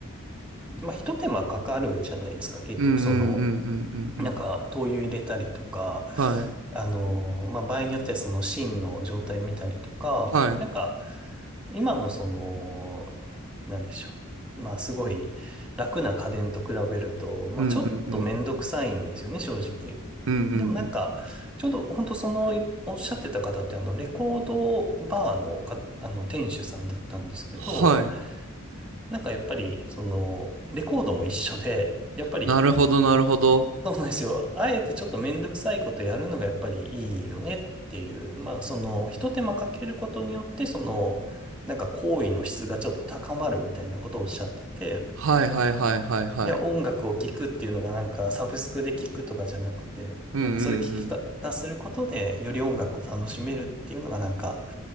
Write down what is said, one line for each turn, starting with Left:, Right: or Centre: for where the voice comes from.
Centre: まあ、一手間かかるじゃないですか。結局その、
Right: うんうんうんうんうんうん
Centre: なんか、灯油入れたりとか、
Right: はい
Centre: あの、まあ、場合によってはその芯の状態見たりとか、
Right: はい
Centre: なんか、今のその、なんでしょう。まあ、すごい楽な家電と比べると、まあ、
Right: うんうんうん
Centre: ちょっとめんどくさいんですよね、正直。
Right: うんうんうん。
Centre: でもなんか、ちょうど本当その、いおっしゃってた方って、あの、レコードバーのか、あの、店主さんだったんですけど、
Right: はい。
Centre: なんかやっぱり、その、レコードも一緒で、やっぱり、
Right: なるほど、なるほど。
Centre: そうなんですよ。あえてちょっとめんどくさいことやるのがやっぱりいいよねっていう。まあ、その、ひと手間かけることによって、その、なんか行為の質がちょっと高まるみたいなことをおっしゃってて、
Right: はいはいはいはいはい。
Centre: いや、音楽を聴くっていうのがなんかサブスクで聴くとかじゃなくて、
Right: うんうんうん。
Centre: なんかそういう聴き方することで、より音楽を楽しめるっていうのがなんか